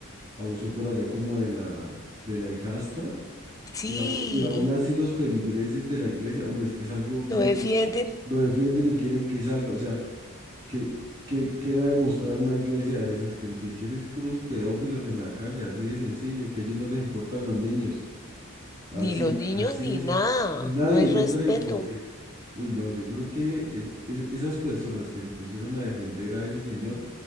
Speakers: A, on the right; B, on the left.
A: abusó por allá como de la, de la hijastra
B: Sí,
A: y, au- y aún así los feligreses de la iglesia, hombre, es que es algo muy
B: lo defienden.
A: loco, lo defienden y quieren que salga, o sea. ¿Qué, qué queda demostrar una iglesia de esas que lo que quiere es puros pedófilos en la calle, así de sencillo, que a ellos no les importan los niños, así,
B: Ni los niños
A: así
B: ni
A: es,
B: nada,
A: ni nadie,
B: no hay respeto.
A: yo creo, porque, uy, no, yo creo que es- es- esas personas que se pusieron a defender a ese señor